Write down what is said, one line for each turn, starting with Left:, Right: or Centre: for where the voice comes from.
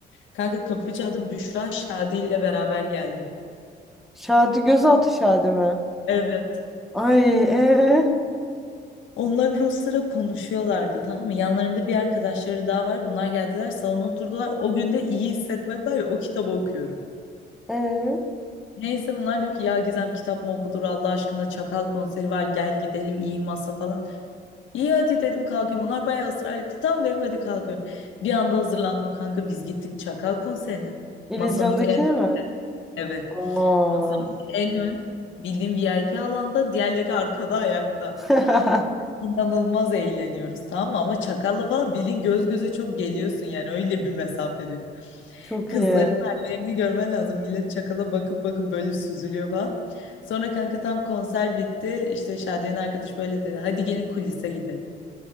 Left: Kanka kapı çaldı Büşra Şadi ile beraber geldi.
Centre: Şadi gözaltı Şadi mi?
Left: Evet.
Centre: Ay ee,
Left: Onlar o sıra konuşuyorlardı tamam mı? Yanlarında bir arkadaşları daha var. Bunlar geldiler salona oturdular. O gün de iyi hissetmek var ya o kitabı okuyorum.
Centre: ee.
Left: Neyse bunlar diyor ki ya Gizem kitap mı okulur Allah aşkına Çakal konseri var gel gidelim iyi masa falan. İyi hadi dedim kalkayım bunlar bayağı ısrar etti. Tamam dedim hadi kalkıyorum. Bir anda hazırlandım kanka biz gittik Çakal konserine.
Centre: İllüzyondakini
Left: Masamız en
Centre: mi?
Left: evet
Centre: Oo.
Left: masamız en ön bildiğim VIP alanda diğerleri arkada ayakta.
Centre: <laughs>
Left: İnanılmaz eğleniyoruz tamam mı? Ama çakalla falan bilin göz göze çok geliyorsun yani öyle bir mesafedeyiz.
Centre: Çok
Left: Kızların
Centre: iyi.
Left: hallerini görmen lazım. Millet çakala bakıp bakıp böyle süzülüyor falan. Sonra kanka tam konser bitti. İşte Şadiye'nin arkadaş böyle dedi. Hadi gelin kulise gidelim.